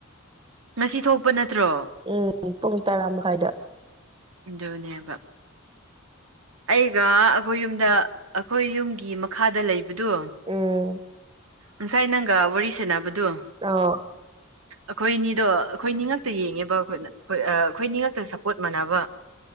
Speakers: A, on the right (about 75°); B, on the right (about 25°).
A: ꯉ ꯊꯣꯛꯄ ꯅꯠꯇ꯭ꯔꯣ
B: ꯎꯝ ꯄꯨꯡ ꯇꯔꯥ ꯃꯈꯥꯏꯗ
A: ꯗꯣꯅꯤꯕ ꯑꯩꯒ ꯑꯩꯈꯣꯏ ꯌꯨꯝꯗ ꯑꯩꯈꯣꯏ ꯌꯨꯝꯒꯤ ꯥꯗ ꯂꯩꯕꯗꯣ
B: ꯎꯝ
A: ꯉꯁꯥꯏ ꯅꯪꯒ ꯋꯥꯔꯤ ꯁꯦꯅꯕꯗꯨꯣ
B: ꯑ
A: ꯑꯩꯈꯣꯏꯅꯤꯗꯣ ꯑꯩꯈꯣꯏꯅꯤꯉꯛꯇ ꯌꯦꯡꯉꯦꯕ ꯑꯩꯈꯣꯏꯅ ꯑꯩꯈꯣꯏꯅꯤ ꯉꯉꯛꯇ ꯁꯞꯄꯣꯔꯠ ꯃꯥꯟꯅꯕ